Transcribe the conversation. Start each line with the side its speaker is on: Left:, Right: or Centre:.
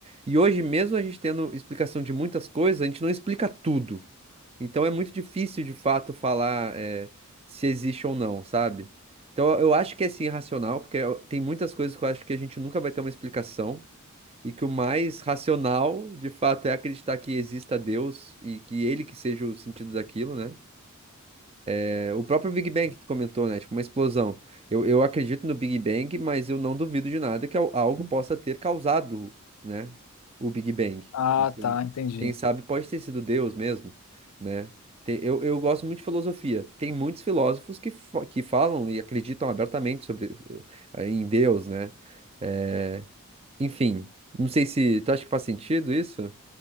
Right: E hoje, mesmo a gente tendo explicação de muitas coisas, a gente não explica tudo. Então é muito difícil de fato falar é, se existe ou não, sabe? Então eu eu acho que é sim racional, porque eu- tem muitas coisas que eu acho que a gente nunca vai ter uma explicação, e que o mais racional, de fato, é acreditar que exista Deus e que ele que seja o sentido daquilo, né? É, O próprio Big Bang que tu comentou, né? Tipo, uma explosão. Eu, eu acredito no Big Bang, mas eu não duvido de nada que al- algo possa ter causado, né? O Big Bang.
Left: Ah,
Right: E quem,
Left: tá, entendi.
Right: quem sabe pode ter sido Deus mesmo, né? Tem- eu, eu gosto muito de filosofia. Tem muitos filósofos que, fa- que falam e acreditam abertamente sobre, eh, em Deus, né? É, enfim, não sei se... Tu acha que faz sentido isso?